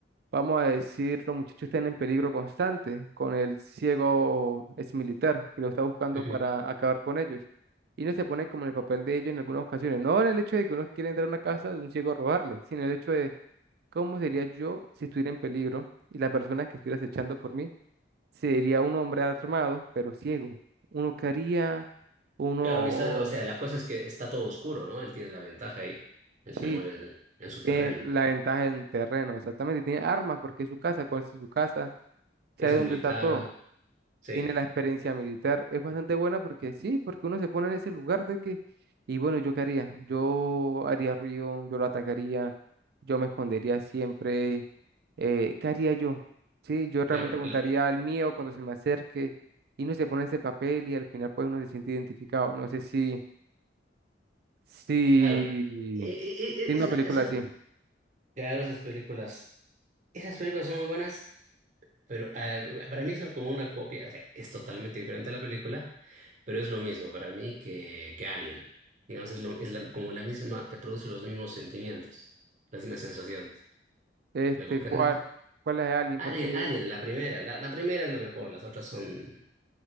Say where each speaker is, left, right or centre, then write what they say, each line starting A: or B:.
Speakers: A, on the right; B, on the right.
A: vamos a decir, los muchachos están en peligro constante con el ciego exmilitar que lo está buscando
B: ¿eh? Ujú.
A: para acabar con ellos. Y uno se pone como en el papel de ellos en algunas ocasiones, no en el hecho de que uno quiere entrar a una casa de un ciego a robarle, sino el hecho de cómo sería yo si estuviera en peligro y la persona que estuviera acechando por mí sería un hombre armado, pero ciego. Uno que haría, uno,
B: Claro, y está, o sea, la cosa es que está todo oscuro, ¿no? Él tiene la ventaja y él se
A: sí,
B: mueve en, en su
A: tiene
B: terreno.
A: la ventaja en terreno, exactamente, tiene armas porque es su casa, conoce su casa, sabe
B: Es un
A: dónde
B: militar,
A: está todo.
B: sí,
A: tiene la experiencia militar. Es bastante buena porque sí, porque uno se pone en ese lugar de que, y bueno, ¿yo qué haría? Yo haría ruido, yo lo atacaría, yo me escondería siempre. eh, ¿qué haría yo? Sí, yo realmente
B: claro,
A: contaría
B: lo- la-
A: el mío cuando se me acerque y uno se pone en ese papel y al final pues uno se siente identificado. No sé si, si
B: claro. E- e-
A: tiene
B: e- esa-
A: una película
B: esa-
A: así.
B: claro, esas películas, esas películas son muy buenas Pero ah, para mí son como una copia, o sea, es totalmente diferente a la película, pero es lo mismo para mí que, que Alien. Digamos, es, lo, es la- como la misma, te produce los mismos sentimientos, las mismas sensaciones.
A: Este,
B: ¿Me comprendes?
A: ¿cuál, cuál es Alien?
B: Alien,
A: Porque
B: Alien, la primera, la, la primera es la mejor, las otras son